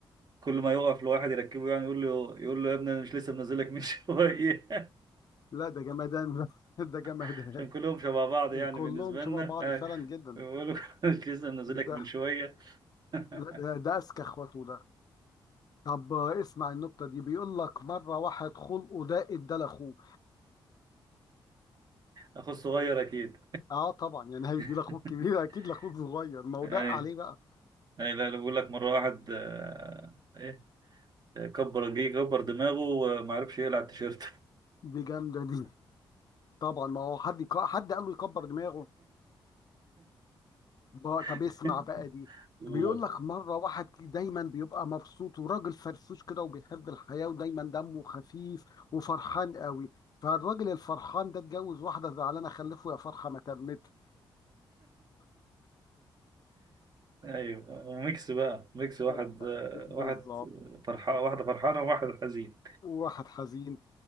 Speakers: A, on the right; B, on the left.
A: كل ما يقف لواحد يركبه يعني يقول له يقول له يا ابني انا مش لسه منزل لك من شويه
B: لا ده جمدان <laughs> ده جمدان
A: <laughs> عشان كلهم شبه بعض يعني
B: كلهم
A: بالنسبه
B: شبه
A: لنا
B: بعض
A: أي.
B: فعلا جدا
A: يقول له <laughs> مش لسه منزل لك
B: ده
A: من شويه <laughs>
B: لا ده, ده اذكى اخواته ده طب اسمع النكته دي بيقول لك مره واحد خلقه ده ادى لاخوه
A: اخو الصغير اكيد
B: اه طبعا يعني هيدي
A: <laughs>
B: لاخوك كبير اكيد لاخوك صغير ما هو
A: اي
B: ده عليه بقى
A: يعني لا لا بقول لك مرة واحد آه، ايه كبر جه كبر دماغه وما عرفش يقلع التيشيرت
B: دي جامدة دي طبعا ما هو حد يق- حد قال له يكبر دماغه بقى- طب
A: <laughs>
B: اسمع بقى دي
A: قول
B: بيقول لك مرة واحد دايما بيبقى مبسوط وراجل فرفوش كده وبيحب الحياة ودايما دمه خفيف وفرحان قوي فالراجل الفرحان ده اتجوز واحدة زعلانة خلفه يا فرحة ما تمت
A: ايوه وميكس بقى ميكس واحد
B: طب-
A: آه، واحد
B: بالظبط
A: فرحان واحدة فرحانة وواحد حزين
B: واحد حزين